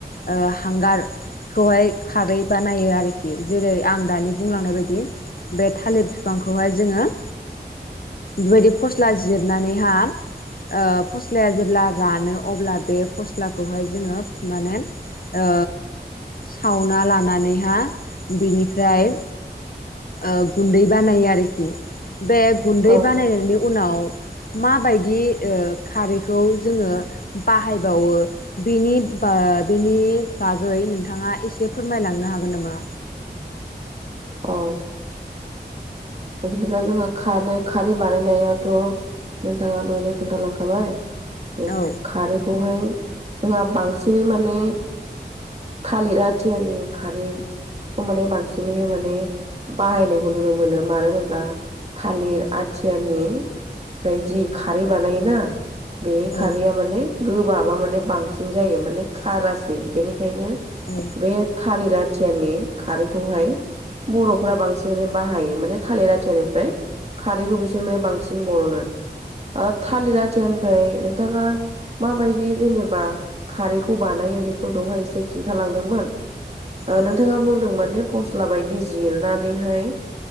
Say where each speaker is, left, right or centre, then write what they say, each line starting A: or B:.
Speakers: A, on the left; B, on the right.
A: ओ हांगारखौहाय खारै बानायो आरोखि खि जेरै आं दानि बुंलांनाय बायदि बे थालिर बिफांखौहाय जोङो बेफोरबायदि फस्ला जिरनानैहा ओ फस्लाया जेब्ला रानो अब्ला बे फस्लाखौहाय जोङो माने ओ सावना लानानैहा बिनिफ्राय ओ गुन्दै बानायो आरोखि बे गुन्दै
B: औ
A: बानायनायनि उनाव माबायदि ओ खारैखौ जोङो बाहायबावो बेनि बा बेनि बागै नोंथाङा एसे फोरमायलांनो हागोन नामा
B: औ दा बिदिब्ला जोंहा खारनो खारै बानायनायाथ' नोंथाङा दहायनो खोन्थालांखाबाय बे
A: औ
B: खारैखौहाय जोंहा बांसिनै माने थालिर आथियानि खारैखौ माने बांसिनै हाय माने नै बाहायनायखौ नुनो मोनो मानो होनोब्ला थालिर आथियानि फ्राय जि खारै बानायोना बे खारैया
A: औ
B: माने गोबाबा माने बांसिन जायो माने खारासिन बेनिखायनो
A: औ
B: बे थालिर आथियानि खारैखौहाय बर'फ्रा बांसिनै बाहायो माने थालिर आथियानिफ्राय खारैखौ बिसोर माने बांसिन बर'नो ओ थालिर आथियानिफ्राय नोंथाङा माबायदि जेनेबा खारैखौ बानायो बेखौ दहाय एसे खिन्थालांदोंमोन ओ
A: औ
B: नोंथाङा बुंदों माने फस्ला बायदि जिरनानैहाय